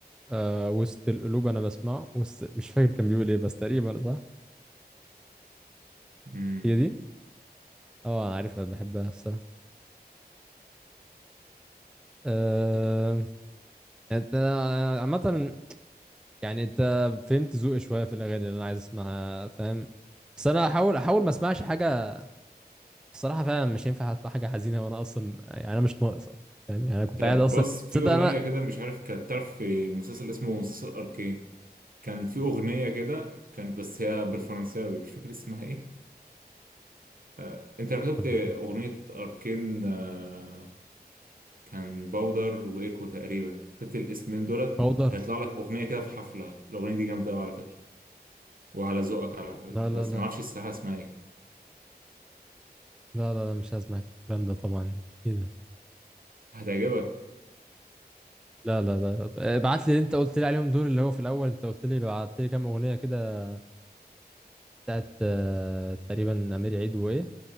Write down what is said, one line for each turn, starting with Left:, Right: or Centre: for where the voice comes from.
Centre: آه وسط القلوب أنا بسمعه وسط... مش فاكر كان بيقول إيه بس تقريبا صح
Right: مم.
Centre: هي دي اه أنا عارفها بحبها الصراحة آه... انت عامة يعني انت فهمت ذوقي شوية في الأغاني اللي أنا عايز أسمعها فاهم بس أنا هحاول أحاول ما أسمعش حاجة الصراحة فعلا مش ينفع أسمع حاجة حزينة وأنا أصلا يعني أنا مش ناقص أصلا فاهم يعني أنا كنت
Right: طب
Centre: قاعد أصلا
Right: بص في
Centre: تصدق
Right: أغنية
Centre: أنا
Right: كده مش عارف كانت تعرف في مسلسل اسمه مسلسل أركين كان في أغنية كده كانت بس هي بالفرنساوي مش فاكر اسمها ايه آه. انت لو كتبت
Centre: طب وف-
Right: أغنية أركين آه. كان باودر وإيكو تقريبا كتبت الاسمين دولت
Centre: بودر
Right: هيطلع لك أغنية كده في حفلة الأغنية دي جامدة أوي على فكرة وعلى ذوقك على فكرة
Centre: لا لا
Right: بس
Centre: لا
Right: معرفش الساحة اسمها ايه
Centre: لا لا لا مش هسمع الكلام ده طبعا إيه ده
Right: هتعجبك
Centre: لا لا لا ابعت لي اللي أنت قلت لي عليهم دول اللي هو في الأول أنت قلت لي بعت لي كام أغنية كده بتاعت آه، تقريبا أمير عيد وإيه